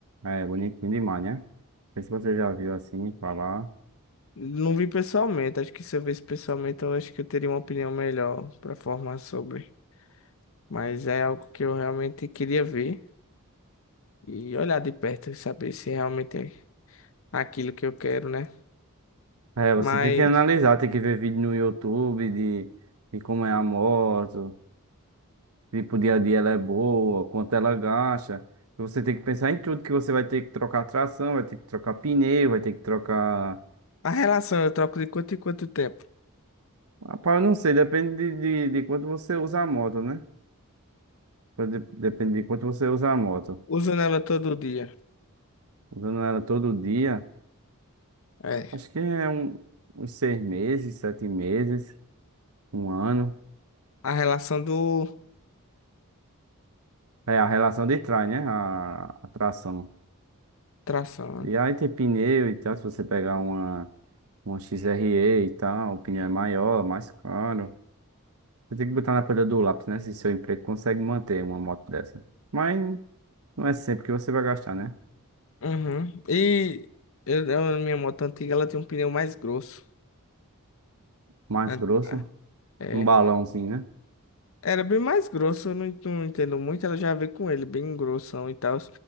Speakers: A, on the right; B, on the left.
A: É, bonitinha demais, né? Não sei se você já viu assim falar.
B: Não vi pessoalmente, acho que se eu visse pessoalmente, eu acho que eu teria uma opinião melhor para formar sobre. Mas é algo que eu realmente queria ver e olhar de perto e saber se realmente é aquilo que eu quero, né?
A: É, você
B: Mas
A: tem que analisar, tem que ver vídeo no YouTube de, de como é a moto, tipo, dia a dia ela é boa, quanto ela gasta. Então, Você tem que pensar em tudo, que você vai ter que trocar tração, vai ter que trocar pneu, vai ter que trocar.
B: a relação eu troco de quanto em quanto tempo?
A: Rapaz, eu não sei, depende de, de, de quanto você usa a moto, né? Pode- Depende de quanto você usa a moto.
B: Usando ela todo dia.
A: Usando ela todo dia,
B: É.
A: acho que é um, uns seis meses, sete meses, um ano.
B: A relação do
A: É a relação de trás, né? A, a tração.
B: tração,
A: E
B: né?
A: aí tem pneu e tal, se você pegar uma, uma XRE e e tal, o pneu é maior, mais caro. Você tem que botar na pedra do lápis, né? Se seu emprego consegue manter uma moto dessa. Mas não é sempre que você vai gastar, né?
B: Uhum. E eu, eu- minha moto antiga, ela tem um pneu mais grosso.
A: Mais
B: né?
A: grosso.
B: É,
A: Um balãozinho, né?
B: era bem mais grosso, eu não, en- não entendo muito. Ela já veio com ele, bem grossão e tal.